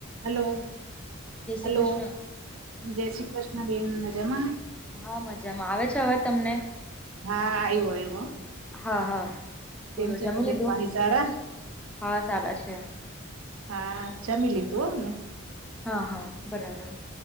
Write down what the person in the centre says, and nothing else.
જય શ્રી
કૃષ્ણ
હા મજામાં આવે છે હવે તમને
હા હા
બોલો
જમી
લીધું
હા સારા છે
હા હા બરાબર